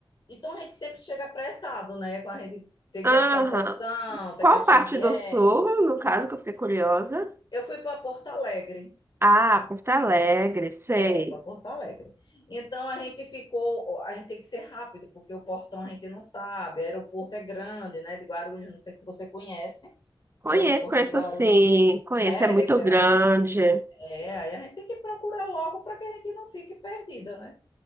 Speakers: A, on the left; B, on the right.
A: Então a gente sempre chega apressado, né? Com a gente tem
B: Aham.
A: que achar o portão, tem
B: Qual
A: que achar
B: parte
A: onde
B: do
A: é.
B: sul, no caso, que eu fiquei curiosa?
A: Eu fui para Porto Alegre.
B: Ah, Porto Alegre, sei.
A: É, para Porto Alegre. Então a gente ficou, a gente tem que ser rápido, porque o portão a gente não sabe. O aeroporto é grande, né? De Guarulhos, não sei se você conhece
B: Conheço,
A: o aeroporto
B: conheço
A: de Guarulhos,
B: sim. Conheço,
A: né?
B: é muito
A: Ele é grande.
B: grande.
A: É, aí a gente tem que procurar logo para que a gente não fique perdida, né?